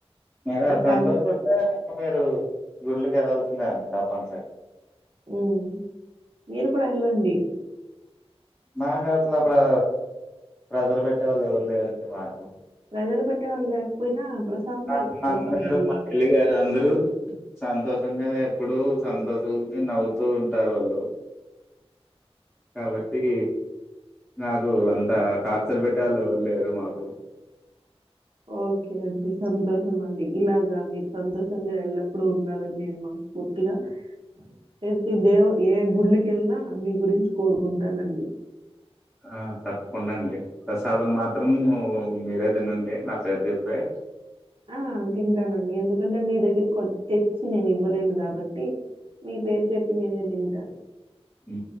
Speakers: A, in the centre; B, on the right.
A: మిరూ
B: ప్రశాంతత
A: అట్ల ఉంటే ఇంక మీరూ గుడ్లకి ఎల్లాల్సిందే అండి తప్పనిసరి
B: మ్ మీరు కుడా ఎళ్ళండి
A: మాకు అట్లా ప్రా ప్రెజర్ పెట్టేవాళ్ళు ఎవరు లేరండి మాకు
B: ప్రెజర్ పెట్టే వాళ్ లేకపోయినా ప్రశాంతత
A: <unintelligible>
B: కోసం వెళ్ళండి.
A: మా పెళ్లిగారు అందరూ సంతోషంగదే ఎప్పుడూ సంతోకెల్లి నవ్వుతూ ఉంటారు వాళ్ళు కాబట్టీ నాకూ అంతా టార్చర్ పెట్టే వాళ్ళు ఎవరు లేరు మాకు
B: ఓకే అండి సంతోషం అండి ఇలాగా మీరు సంతోషంగా ఎల్లప్పుడుూ ఉండాలని నేను మన్స్ ఉత్తిగా తెతే దేవ్ ఏ గుడ్లకి ఎల్నా నీ గురించి కోరుకుంటానండి
A: ఆ తప్కుండా అండి ప్రసాదం మాత్రం మీరే దినండి నా పేరు చెప్పే
B: ఆ తింటానండి ఎందుకంటే మీ దగ్గర కొ తెచ్చి నేను ఇవ్వలేను గాబట్టి మీ పేరు చెప్పి నేనే దింటాను
A: ఊ